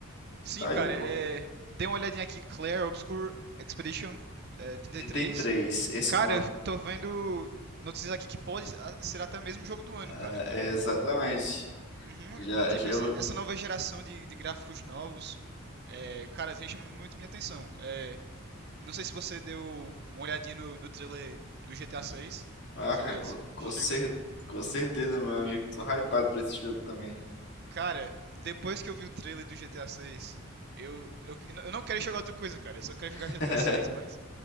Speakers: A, on the right; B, on the left.
A: Sim,
B: tá
A: cara,
B: aí, pô.
A: é... dei uma olhadinha aqui, Claire Obscure Expedition é, 33.
B: trinta e três esse
A: Cara,
B: mesmo.
A: eu tô vendo notícias aqui que pode a- ser até mesmo o jogo do ano,
B: É,
A: cara.
B: é exatamente.
A: Uhum,
B: Já,
A: Tipo,
B: já eu.
A: esse- essa nova geração de, de gráficos novos, é, cara, vem chamando muito minha atenção. É, não sei se você deu uma olhadinha no, no trailer do GTA 6.
B: Ah,
A: Você,
B: com,
A: você
B: com,
A: chegou?
B: cer- com certeza, meu amigo. Tô hypado pra esse jogo também.
A: Cara, depois que eu vi o trailer do GTA 6, eu, eu, eu não quero jogar outra coisa, cara. Eu só quero jogar
B: <laughs>
A: GTA 6, mas.